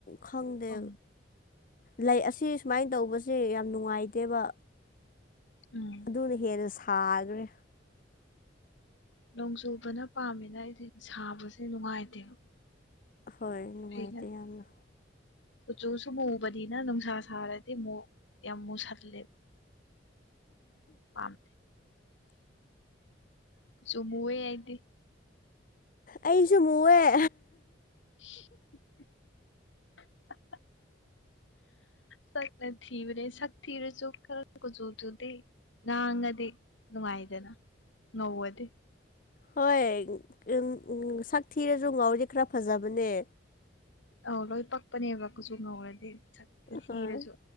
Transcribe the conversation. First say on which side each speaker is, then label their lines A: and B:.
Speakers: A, on the left (about 45°); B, on the left (about 80°).
A: ꯈꯪꯗꯦ
B: ꯎꯝ
A: ꯂꯩ ꯑꯁꯤ ꯑꯁꯨꯃꯥꯏꯅ ꯇꯧꯕꯁꯦ ꯌꯥꯝ ꯅꯨꯡꯉꯥꯏꯇꯦꯕ
B: ꯎꯝ
A: ꯑꯗꯨꯅ ꯍꯦꯟꯅ ꯁꯥꯈ꯭ꯔꯦ
B: ꯅꯣꯡ ꯆꯨꯕꯅ ꯄꯥꯝꯃꯤꯅ ꯑꯩꯗꯤ ꯁꯥꯕꯁꯦ ꯅꯨꯡꯉꯥꯏꯇꯦꯕ
A: ꯍꯣꯏ ꯅꯨꯡꯉꯥꯏꯇꯦ
B: ꯍꯩꯅ
A: ꯌꯥꯝꯅ
B: ꯀꯨꯆꯨꯁꯨ ꯃꯨꯕꯅꯤꯅ ꯅꯨꯡꯁꯥ ꯁꯥꯔꯗꯤ ꯑꯃꯨꯛ ꯌꯥꯝ ꯃꯨꯁꯜꯂꯦꯕ ꯄꯥꯝ ꯀꯨꯆꯨ ꯃꯨꯏꯌꯦ ꯑꯩꯗꯤ
A: ꯑꯩꯁꯨ ꯃꯨꯏꯌꯦ
B: <inaudible> <unintelligible> ꯁꯛꯅ ꯊꯤꯕꯅꯦ ꯁꯛ ꯊꯤꯔꯁꯨ ꯈꯔ ꯀꯨꯆꯨꯗꯨꯗꯤ ꯉꯥꯡꯉꯗꯤ ꯅꯨꯡꯉꯥꯏꯗꯅ ꯉꯧꯑꯗꯤ
A: ꯍꯣꯏ <unintelligible> ꯁꯛ ꯊꯤꯔꯁꯨ ꯉꯥꯎꯔꯗꯤ ꯈꯔ ꯐꯖꯕꯅꯦ
B: ꯑꯧ ꯂꯣꯏ ꯄꯛꯄꯅꯦꯕ ꯀꯨꯁꯨ ꯉꯧꯔꯗꯤ ꯁꯛꯇꯣ ꯊꯤꯔꯁꯨ
A: ꯍꯣꯏ